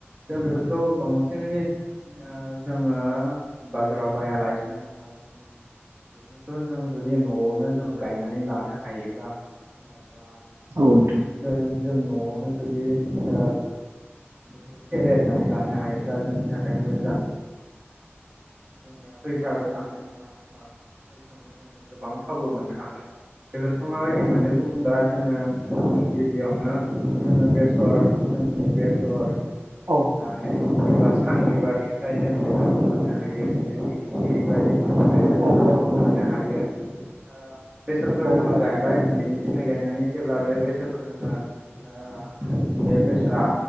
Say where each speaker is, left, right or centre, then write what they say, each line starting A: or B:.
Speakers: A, on the right; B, on the right.
A: जों बेफोरखौ बांसिनलि ओ जोंङो बाजाराव बायालासिनो बा जों बेफोरखौ जों जुदि न'आवनो जों गायनानै लानो हायो हायोबा बा जों
B: नोंथां औ
A: जों न'आवनो जुदि ओ बेखौ फेरेरनानै लानो हायोब्ला जोंनि थाखाय मोजां जोंनिया फैसाबो थांनाय नंङा बा फैसायावनो जोंङो गोबां थावबो मोननो हागोन बेफोर खौ माबायदि मोनो बुंबा जोंङो जों गिबियावनो जोंङो बेसर जोंनि बेसर बिनिफ्राय
B: औ
A: सान बिबारनिफ्राय जोंङ बिबारखौ मोननो हायो। <inaudible>
B: औ औ
A: थावखौ मोननो हायो ओ बेसरखौ
B: औ नोंथां
A: जोंंङो गायबाय बिनि ओमफ्राय गायनानै जेब्ला बे बेसरखौ जोंङो ओ बे बेसरा